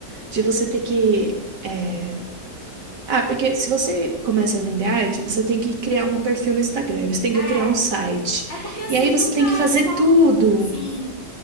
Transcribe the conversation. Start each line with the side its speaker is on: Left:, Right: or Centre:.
Right: de você ter que. é, Ah, porque se você começa no vender arte, você tem que criar um perfil no Instagram, você tem
Left: É,
Right: que criar um site.
Left: é, é porque assim,
Right: E aí
Left: nunca
Right: você tem que fazer
Left: é só.
Right: tudo.
Left: Sim,